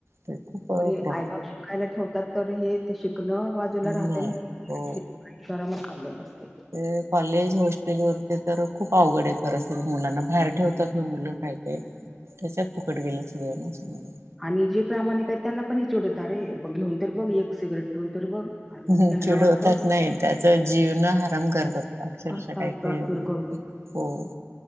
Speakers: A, on the right; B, in the centre.
A: ते खूप
B: बर हे
A: प्रमाण.
B: आईबाप शिकायला ठेवतात, तर शिकणं बाजूला
A: नाही
B: राहतं आणि
A: हो.
B: या करामती चाललेल्या असतंय.
A: ते कॉलेज, होस्टेलवर तर खूप अवघड आहे परिस्थिती, मुलांना बाहेर ठेवतात ना. काय काय, त्याच्यात फुकट गेली सगळी मुलं.
B: आणि जे प्रामाणिक आहेत त्यांनाही हे चिडवतात, अरे घेऊन तर बघ एक सिगारेट, पिऊन तर बघ. आणि
A: हं,
B: मग त्यांना
A: चिडवत
B: वाटतं
A: नाहीत तर त्याचं जगणं हराम करतात, अक्षरशः
B: करतात
A: काही काही...
B: टॉर्चर
A: हो,
B: करू
A: जो